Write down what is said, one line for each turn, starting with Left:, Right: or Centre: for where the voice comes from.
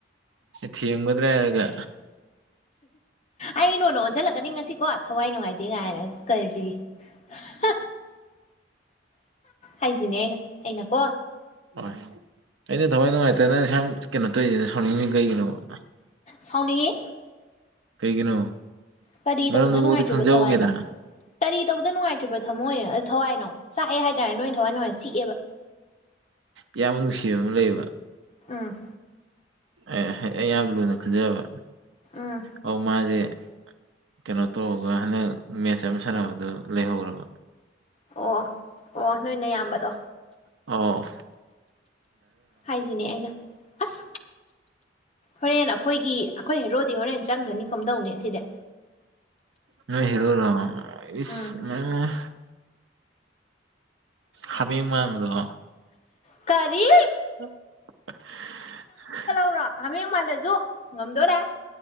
Right: ꯊꯦꯝꯒꯗ꯭ꯔ ꯍꯥꯏꯔꯒ
Left: ꯑꯩ ꯅ ꯑꯣꯏꯅ ꯑꯣꯟꯁꯤꯜꯂꯛꯀꯅꯤ ꯉꯁꯤꯀꯣ ꯊꯋꯥꯏ ꯅꯨꯡꯉꯥꯏꯇꯦ ꯉꯥꯏꯅꯒ ꯀꯔꯤ ꯍ ꯍꯥꯏꯗꯤꯅꯦ ꯑꯩꯅ ꯑꯩꯅꯀꯣ
Right: ꯍꯣꯏ ꯑꯩꯅ ꯊꯋꯥꯏ ꯅꯨꯡꯉꯥꯏꯇ꯭ꯔ ꯅꯪꯅ ꯁꯨꯌꯥꯝ ꯀꯩꯅꯣ ꯇꯧꯔꯤꯁꯤꯅ ꯁꯥꯎꯅꯤꯡꯉꯤ ꯀꯩꯒꯤꯅꯣꯕ
Left: ꯁꯥꯎꯅꯤꯡꯉꯤ
Right: ꯀꯩꯒꯤꯅꯣ
Left: ꯀꯔꯤ
Right: ꯃꯔꯝꯗꯨꯐꯥꯎꯗꯤ
Left: ꯇꯧꯕꯗ ꯅꯨꯡꯉꯥꯏꯇ꯭ꯔꯤꯕ
Right: ꯈꯪꯖꯍꯧꯒꯦꯗꯅ
Left: ꯊꯋꯥꯏꯅꯣ ꯀꯔꯤ ꯇꯧꯕꯗ ꯅꯨꯡꯉꯥꯏꯇ꯭ꯔꯤꯕ ꯊꯝꯃꯣꯏ ꯑꯥ ꯊꯋꯥꯏꯅꯣ ꯆꯥꯛꯑꯦ ꯍꯥꯏꯇꯥꯔꯦ ꯅꯣꯏ ꯊꯋꯥꯏ ꯅꯨꯉꯥꯏ ꯆꯤꯛꯑꯦꯕ
Right: ꯏꯌꯥꯝꯕ ꯅꯨꯡꯁꯤꯕ ꯑꯃ ꯂꯩꯌꯦꯕ
Left: ꯎꯝ
Right: ꯑꯦ ꯑꯩ ꯌꯥꯝ ꯂꯨꯅ ꯈꯟꯖꯕ
Left: ꯎꯝ
Right: ꯑꯥꯎ ꯃꯥꯁꯦ ꯀꯩꯅꯣ ꯇꯧꯔꯒ ꯍꯟꯗꯛ ꯃꯦꯠꯁ ꯑꯃ ꯁꯥꯟꯅꯕꯗꯨ ꯂꯩꯍꯧꯔꯕ
Left: ꯑꯣ ꯑꯣ ꯑꯣ ꯅꯣꯏ ꯅꯌꯥꯝꯕꯗꯣ
Right: ꯑꯣ
Left: ꯍꯥꯏꯁꯤꯅꯤ ꯑꯩꯅ ꯑꯁ ꯍꯣꯔꯦꯟ ꯑꯩꯈꯣꯏꯒꯤ ꯑꯩꯈꯣꯏ ꯍꯦꯔꯣꯗꯤ ꯍꯣꯔꯦꯟ ꯆꯪꯒ꯭ꯔꯅꯤ ꯀꯝꯗꯧꯅꯤ ꯑꯁꯤꯗꯤ
Right: ꯅꯣꯏ ꯍꯦꯔꯣꯔꯣ ꯏꯁ
Left: ꯎꯝ
Right: ꯃꯩ ꯃꯩ ꯍꯥꯃꯦꯡ ꯃꯥꯟꯕꯗꯣ
Left: ꯀꯔꯤ
Right: <unintelligible>
Left: ꯇꯣ ꯍꯥꯃꯦꯡ ꯃꯥꯜꯂꯁꯨ ꯉꯝꯗꯣꯔꯦ